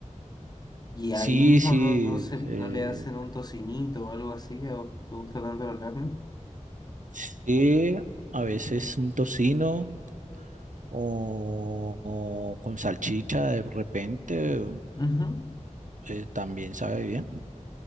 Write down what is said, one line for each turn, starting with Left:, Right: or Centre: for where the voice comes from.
Left: ¿Y
Right: sí,
Left: ahí mismo
Right: sí.
Left: no, no, se, no
Right: eh,
Left: le hacen un tocinito o algo así? ¿A vos que te gusta tanto la carne?
Right: sí, a veces un tocino o, o con salchicha de repente.
Left: Ujú.
Right: eh, también sabe bien.